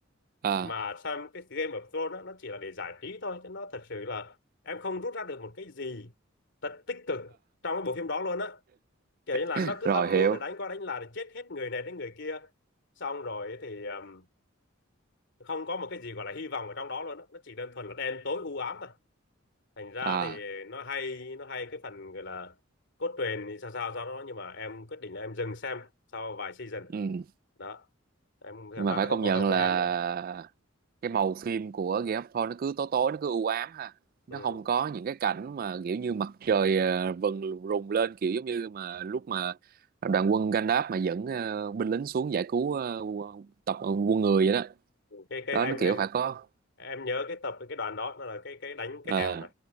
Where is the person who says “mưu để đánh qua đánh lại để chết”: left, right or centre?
Left